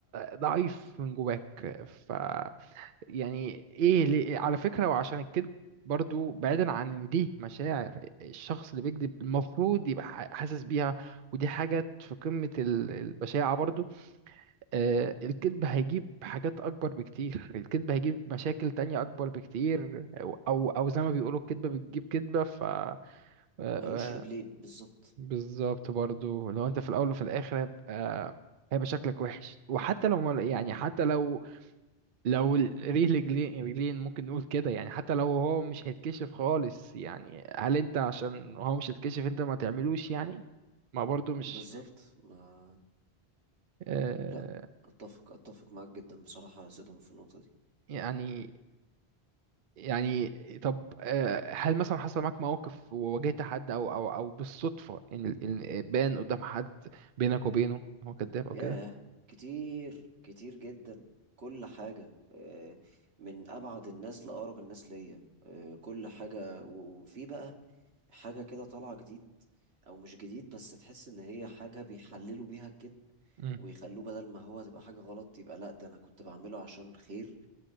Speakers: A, on the right; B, on the right.
A: ضعيف من جواك ف يعني ايه ليه- على فكرة وعشان الكذب برضو بعيدا عن ان دي مشاعر الشخص اللي بيكذب المفروض يبقى ح- حاسس بيها ودي حاجة في قمة ال- البشاعة برضو آه، الكذب هيجيب حاجات أكبر بكتير الكذب هيجيب مشاكل تانية أكبر بكتير أو أو أو زي ما بيقولوا الكذبة بتجيب كذبة ف آه، آه،
B: ملوش رجلين بالظبط
A: بالظبط برضو لو أنت في الأول وفي الآخر هيبقى هيبقى شكلك وحش وحتى لو ما- يعني حتى لو لو رجلين رجلين ممكن نقول كده يعني حتى لو هو مش هيتكشف خالص يعني هل أنت عشان هو مش هيتكشف أنت ما تعملوش يعني ما برضو مش
B: بالظبط ما
A: آه،
B: لا اتفق اتفق معاك جدا بصراحة يا سيدهم في النقطة دي
A: يعني يعني طب آه، هل مثلا حصل معاك مواقف وواجهت حد او او او بالصدفة ان ال- إن بان قدام حد بينك وبينه هو كذاب او
B: ياه
A: كده
B: كتير كتير جدا كل حاجة آه، من أبعد الناس لأقرب الناس ليا آه، كل حاجة و- وفي بقى حاجة كده طالعة جديد أو مش جديد بس تحس إن هي حاجة بيحللوا بيها الكذب
A: امم
B: ويخلوه بدل ما هو تبقى حاجة غلط يبقى لأ ده أنا كنت بعمله عشان خير